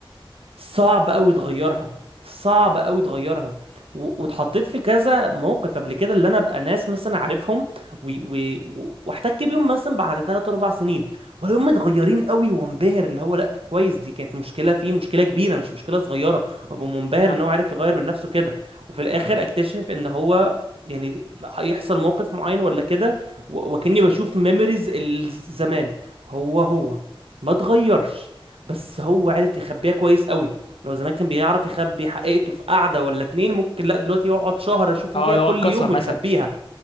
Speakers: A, on the right; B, on the left.
A: صعب قوي تغيرها صعب قوي تغيرها و- واتحطيت في كذا موقف قبل كده اللي انا ابقى ناس مثلا عارفهم و- و- و- واحتك بيهم مثلا بعد 3 4 سنين ولا هم متغيرين قوي وانبهر اللي هو لا طب كويس دي كانت مشكله فيه مشكله كبيره مش مشكله صغيره وابقى منبهر
B: اه
A: ان هو عارف يغير من نفسه كده وفي الاخر اكتشف ان هو يعني هيحصل موقف معين ولا كده و- وكأني بشوف ميموريز الزمان هو هو ما اتغيرش بس هو عرف يخبيها كويس قوي لو زمان كان بيعرف يخبي حقيقته في قعدة ولا اتنين ممكن لا دلوقتي يقعد شهر اشوفه
B: اه
A: فيها
B: لو
A: كل
B: هو اتكسر
A: يوم ويخبيها
B: مثلا